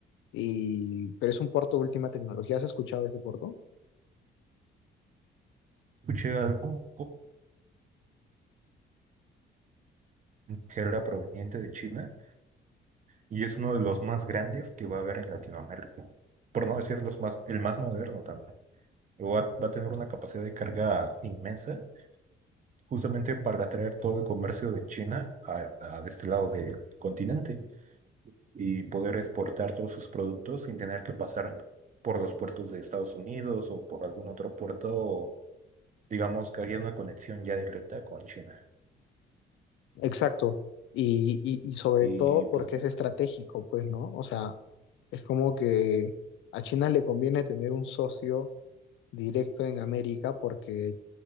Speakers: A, on the left (about 75°); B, on the right (about 40°).
A: y, pero es un puerto de última tecnología. ¿Has escuchado de este puerto?
B: Escuché algo que era proveniente de China y es uno de los más grandes que va a haber en Latinoamérica. Por no decir los más, el más moderno también. Va, va a tener una capacidad de carga inmensa, justamente para atraer todo el comercio de China a, a de este lado del continente y poder exportar todos sus productos sin tener que pasar por los puertos de Estados Unidos o por algún otro puerto, digamos que haya una conexión ya directa con China.
A: Exacto. Y, y, y sobre
B: Y
A: todo
B: pues.
A: porque es estratégico, pues, ¿no? O sea, es como que a China le conviene tener un socio directo en América porque